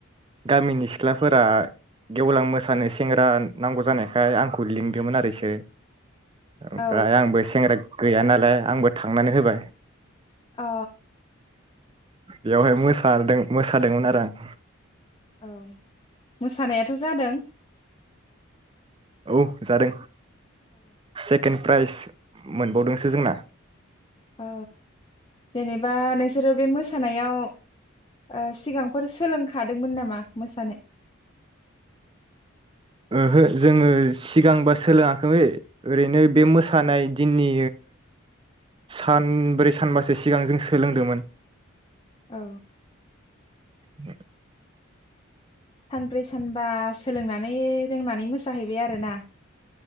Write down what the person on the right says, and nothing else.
गामिनि सिख्लाफोरा गेवलां मोसानो सेंग्रा नांगौ जानायखाय आंखौ लिंदोंमोन आरोसो ओ
आंबो सेंग्रा गैया नालाय आंबो थांनानै होबाय
बेयावहाय मोसादों मोसादोंमोन आरो आं।
औ जादों।
सेकेन्ड प्राइज मोनबावदोंसो जोंना
ओहो जोङो सिगांबा सोलोङाखै ओरैनो बे मोसानाय दिननि सानब्रै सानबासो सिगां जों सोलोंदोंमोन
<inaudible>